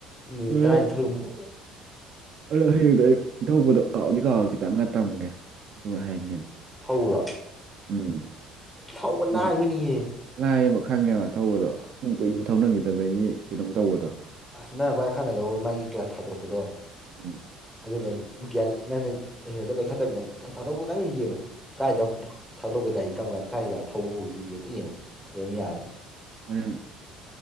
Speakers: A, in the centre; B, on the right (about 40°).
A: ꯃꯤꯅꯤꯠ
B: ꯎꯝ
A: ꯇꯔꯥꯅꯤꯊꯣꯏꯃꯨꯛ
B: ꯑꯗꯣ ꯍꯌꯦꯡꯛꯇ ꯑꯩ ꯏꯊꯧꯕꯗꯣ ꯀꯥꯎꯗꯤ ꯀꯥꯎꯑꯒ ꯈꯤꯇꯪꯒ ꯇꯝꯒꯦ ꯑꯗꯨꯒ ꯍꯥꯏꯅꯤ ꯑꯗꯨ
A: ꯍꯧꯔ
B: ꯎꯝ
A: ꯊꯧꯕ
B: ꯍꯥꯏꯗꯤ
A: ꯂꯥꯛꯕꯅꯤꯌꯦ
B: ꯂꯥꯏꯌꯦꯕ ꯈꯪꯉꯦꯕ ꯊꯧꯕꯗꯣ ꯁꯁꯨꯝ ꯀꯨꯏꯅ ꯊꯧꯅꯈꯤꯗꯕꯒꯤ ꯀ ꯑꯗꯨꯝ ꯇꯧꯕꯗꯣ
A: ꯑꯁ ꯅ ꯑꯩꯏ ꯈꯪꯒꯗꯧꯕ ꯃꯥꯒꯤ ꯀ꯭ꯂꯥꯁ ꯊꯥꯗꯣꯔꯛꯄꯗꯣ
B: ꯎꯝ
A: ꯑꯗꯨꯅ ꯒ꯭ꯌꯥꯟ ꯅꯪꯅ ꯍꯦꯛꯇ ꯂꯩꯈꯠꯇꯕꯤꯗ ꯀ꯭ꯂ ꯊꯥꯗꯣꯛꯗꯪ ꯌꯦꯡꯉꯨ ꯀꯗꯥꯥꯏꯗ ꯊꯥꯗꯣꯛ ꯑꯗꯨꯒ ꯒꯥꯔꯤ ꯀꯝꯥꯟ ꯀꯥꯏꯔꯒ ꯊꯧꯕ ꯍꯧꯈꯤꯕꯗꯣ ꯌꯦꯡꯗ ꯌꯦꯡꯉꯣ ꯑꯗꯨꯝ ꯌꯥꯔꯦ
B: ꯔ